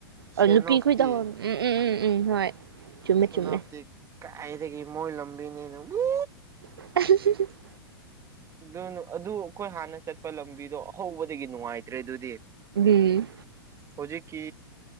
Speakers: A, on the right; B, on the right.
A: ꯁꯦꯟ
B: ꯑꯥ ꯅꯨꯄꯤ
A: ꯑꯣꯐꯇꯤ
B: ꯈꯣꯏꯗꯣ ꯎꯝ ꯎꯝ ꯎꯝ ꯎꯝ ꯍꯣꯏ ꯆꯨꯝꯃꯦ
A: ꯁꯦꯅꯥꯞꯇꯤ
B: ꯆꯨꯝꯃꯦ
A: ꯀꯥꯏꯗꯒꯤ ꯃꯣꯏ ꯂꯝꯕꯤꯅꯤꯅ ꯎꯨꯠ
B: <unintelligible>
A: ꯑꯗꯨ ꯑꯗꯨ ꯑꯩꯈꯣꯏ ꯍꯥꯟꯅ ꯆꯠꯄ ꯂꯝꯕꯤꯗꯣ ꯑꯍꯧꯕꯗꯒꯤ ꯅꯨꯡꯉꯥꯏꯇ꯭ꯔꯦ ꯑꯗꯨꯗꯤ
B: ꯕꯤ
A: ꯍꯧꯖꯤꯛꯀꯤ